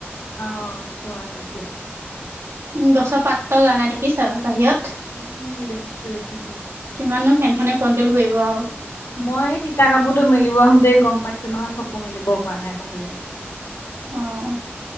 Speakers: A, on the left (about 80°); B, on the right (about 75°).
A: অহ। কোৱা এতিয়া।
B: উম। গছৰ পাত এটাও লৱা নাই, দেখিছা আৰু বাহিৰত।
A: উম। দেখিছো। দেখিছো।
B: কিমাননো ফেনখনে কণ্ট্ৰোল কৰিব আৰু।
A: মই তিতা কাপোৰটো মেলিব আহোতেই গম পাইছো নহয়, চকু মেলিব পৰা নাই বাহিৰত।
B: অহ।